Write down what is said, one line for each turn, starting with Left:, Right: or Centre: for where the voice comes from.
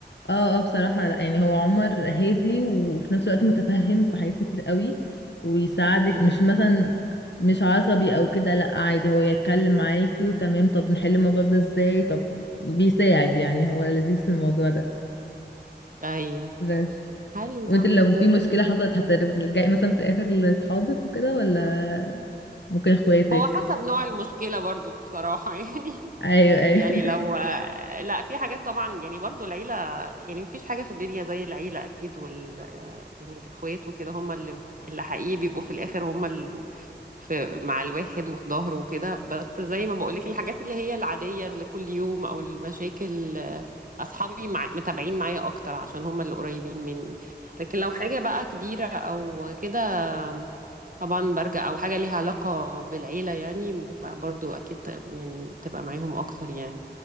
Left: اه اه بصراحة لا يعني هو عمر هادي وفي نفس الوقت متفهم في حاجات كتير قوي ويساعدك
Right: امم
Left: مش مثلا مش عصبي او كده لا عادي هو يتكلم معاكي وتمام طب نحل الموضوع ده ازاي طب بيساعد يعني هو لذيذ في الموضوع ده
Right: ايوه
Left: بس
Right: حلو ده
Left: وانت لو
Right: امم
Left: في مشكلة حصلت هترجعي مثلا في الاخر لاصحابك وكده ولا ممكن اخواتك
Right: هو حسب نوع المشكلة برضو بصراحة <laughs> يعني
Left: ايوه ايوه
Right: يعني
Left: <laughs>
Right: لو لا في حاجات طبعا يعني برضو العيلة يعني مفيش حاجة في الدنيا زي العيلة أكيد وال يعني الإخوات وكده هم اللي اللي حقيقي بيبقوا في الآخر هم في مع الواحد وفي ظهره وكده بس زي ما بقولك الحاجات اللي هي العادية اللي كل يوم أو المشاكل آه، أصحابي مع متابعين معايا أكتر عشان هم اللي قريبين مني لكن لو حاجة بقى كبيرة أو كده آم، طبعا برجع أو حاجة ليها علاقة بالعيلة يعني ب- برضو أكيد يعني بتبقى معاهم أكتر يعني